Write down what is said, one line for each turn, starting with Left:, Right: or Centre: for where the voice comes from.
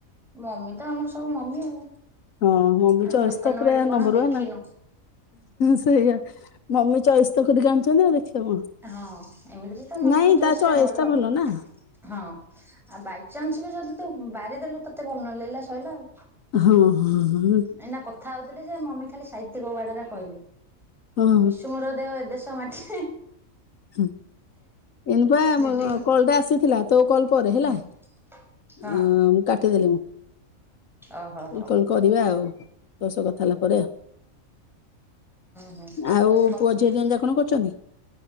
Centre: ମମି ତ ଆମର ସବୁ ମମି ଆଉ।
Left: ହଁ ମମି
Centre: ଆମେ
Left: ଚଏସ
Centre: ଦୋକାନ
Left: ତ ପୁରା
Centre: ବାଡି
Left: ନମ୍ବର
Centre: କଣ ଦେଖିନୁ?
Left: ୱାନ ସେଇଆ। ମମି ଚଏସ୍ ତ କରିକି ଆଣିଛନ୍ତି ଆଉ ଦେଖିବ କଣ?
Centre: ହଁ ଏମିତିରେ ତ ମମିଙ୍କ
Left: ନାଇଁ
Centre: ଚଏସ୍
Left: ତା ଚଏସଟା
Centre: ଟା ଭଲ।
Left: ନା
Centre: ହଁ। ଆଉ ବାଇଚାନ୍ସ ବି ଯଦି ତୁ ବାରିଦେଲୁ ତତେ ଭଲ ନ ଲାଗଲା ଶଇଲା ଆଉ
Left: ହଁ। ହଁ ହଁ।
Centre: ଏଇନା କଥା ହଉଥିଲେ ଯେ ମମି ଖାଲି ସାହିତ୍ୟିକ ୱାଡରେ କହିଲେ?
Left: ହଁ
Centre: ମିଶୁ ମୋର ଦେହ ଏ ଦେଶ ମାଟିରେ
Left: ହଁ ଏନପା
Centre: ଦିଦିଙ୍କ
Left: କଲଟା ଆସିଥିଲା ତୋ କଲ ପରେ ହେଲା।
Centre: ହୁଁ ହଁ
Left: ଅଁ ମୁଁ କାଟିଦେଲି ମୁଁ
Centre: ଓହୋ
Left: କହିଲି
Centre: ହୋ ହୁଁ
Left: କଲ କରିବା ଆଉ ତୋ ସହ କଥା ହେଲା ପରେ ଆଉ
Centre: ହୁଁ
Left: ଆଉ
Centre: ସେ କଥା
Left: ପୁଅ ଝିଅ ଦିଜଣଯାକ କଣ କରୁଛନ୍ତି?